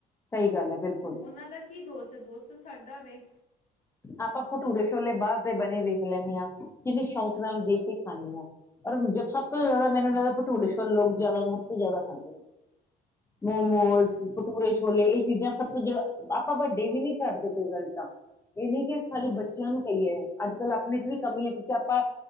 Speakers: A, on the left; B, on the left.
A: ਸਹੀ ਗੱਲ ਹੈ ਬਿਲਕੁਲ
B: ਉਹਨਾਂ ਦਾ ਕੀ ਦੋਸਤ ਹੈ ਦੋਸਤ ਸਾਡਾ ਵੇ
A: ਆਪਾਂ ਭਟੂਰੇ ਛੋਲੇ ਬਾਹਰ ਦੇ ਬਣੇ ਵੇਖ ਲੈਂਦੇ ਹਾਂ ਕਿੰਨੇ ਸ਼ੌਂਕ ਨਾਲ ਦੇਖ ਕੇ ਖਾਂਦੇ ਹਾਂ ਰ ਜ ਸਭ ਤੋਂ ਜ਼ਿਆਦਾ ਮੈਨੂੰ ਲੱਗਦਾ ਭਟੂਰੇ ਛੋਲੇ ਲੋਕ ਜ਼ਿਆਦਾ ਸਭ ਤੋਂ ਜ਼ਿਆਦਾ ਖਾਂਦੇ ਨੇ ਮੋਮੋਸ
B: ਬਾਕੀ
A: ਭਟੂਰੇ ਛੋਲੇ ਇਹ ਚੀਜ਼ਾਂ ਸਭ ਤੋਂ ਜੇ ਆਪਾਂ ਵੱਡੇ ਵੀ ਨੀ ਛੱਡਦੇ ਕਈ ਵਾਰੀ <unintelligible> ਇਹ ਨਹੀਂੀ ਕਿ ਖਾਲੀ
B: ਉਹ
A: ਬੱਚਿਆਂ ਨੂੰ ਕਹੀਏ ਅੱਜ ਕੱਲ੍ਹ ਆਪਣੇ ਚ ਵੀ ਕਮੀ ਹੈ ਕਿਉਂਕਿ ਆਪਾਂ